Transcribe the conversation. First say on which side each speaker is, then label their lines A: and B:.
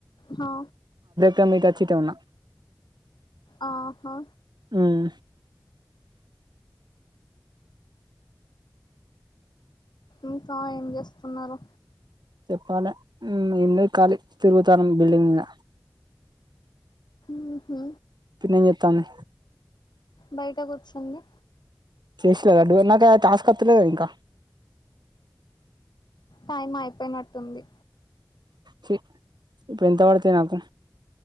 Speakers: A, on the left (about 90°); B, on the right (about 85°).
A: హా
B: కమ్మి ఇటొచ్చి ఇటే ఉన్నా
A: ఆహా
B: ఉమ్
A: ఇంకా ఏం చేస్తున్నారు
B: చెప్పాలి ఏం లేదు ఖాళీ తిరుగుతానం బిల్డింగ్ మీద
A: మ్ హు
B: పిన్ని ఏం చెత్తాంది
A: బయిట కుర్చుంది.
B: చేస్తలే ఆడు నాకి టాస్క్ వత్తలేదు ఇంక
A: టైం అయిపోయినట్టుంది
B: ఛి ఇప్పుడు ఎంత పడతయి నాకు